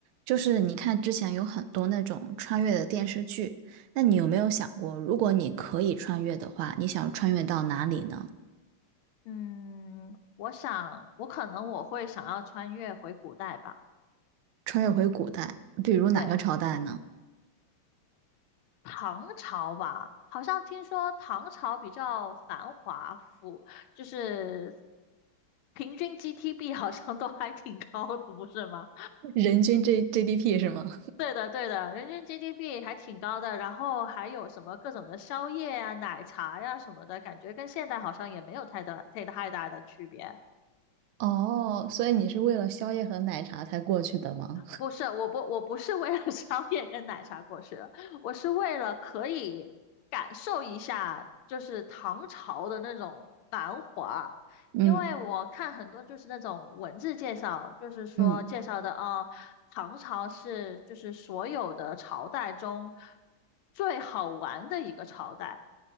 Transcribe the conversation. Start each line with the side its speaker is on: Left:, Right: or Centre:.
Right: 就是你看之前有很多那种穿越的电视剧，那你有没有想过，如果你可以穿越的话，你想穿越到哪里呢？
Left: 嗯，我想，我可能我会想要穿越回古代吧，
Right: 穿越回古代，比如哪个朝代呢？
Left: 对，唐朝吧，好像听说唐朝比较繁华富，就是平均 GDP 好像都还挺高的，不是吗？
Right: <laughs> 人均 G GDP 是吗？
Left: 对的，对的，人均 GDP 还挺高的，然后还有什么各种的宵夜啊、奶茶呀、什么的，感觉跟现代好像也没有太大、太大太大的区别。
Right: <laughs> 哦，所以你是为了宵夜和奶茶才过去的吗？
Left: 不是，我不，我不是为了 <laughs> 宵夜跟奶茶过世的，我是为了可以感受一下，就是唐朝的那种繁华。
Right: <laughs>
Left: 因为我看很多就是那种文字介绍，
Right: 嗯
Left: 就是说介绍的啊，
Right: 嗯，
Left: 唐朝是就是所有的朝代中最好玩的一个朝代。